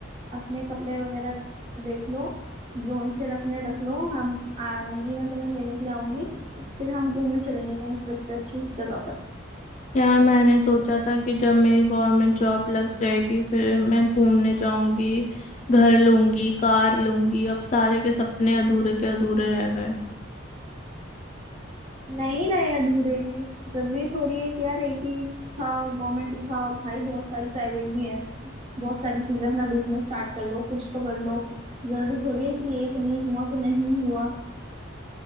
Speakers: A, on the right; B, on the left.
A: अपने कपड़े वगैरह देख लो जोन से रखने रख लो हम आऊंगी मैं तुम्हें लेने के लिए आऊंगी फिर हम घूमने चलेंगे कहीं ट्रिप पे अच्छी जगह पर
B: यार मैंने सोचा था कि जब मेरी गवर्नमेंट जॉब लग जाएगी फिर मैं घूमने जाऊंगी घर लूंगी कार लूंगी अब सारे के सपने अधूरे के अधूरे रह गए
A: नहीं रहे अधूरे जरूरी थोड़ी है कि यार एक ही था गवर्नमेंट ही था भाई बहुत सारी प्राइवेट भी है बहुत सारी चीजें अपना बिजनेस स्टार्ट कर लो कुछ तो कर लो जरूरी थोड़ी है कि एक नहीं हुआ तो नहीं हुआ